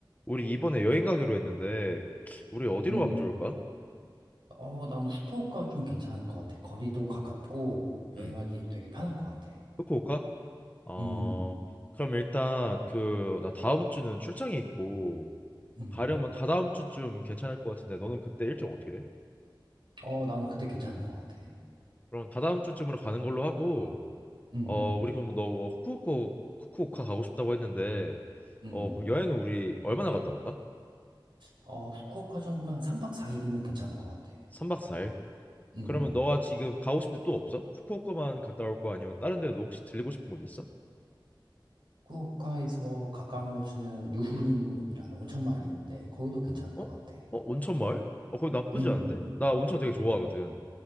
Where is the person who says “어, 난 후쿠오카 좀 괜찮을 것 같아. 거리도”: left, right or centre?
Right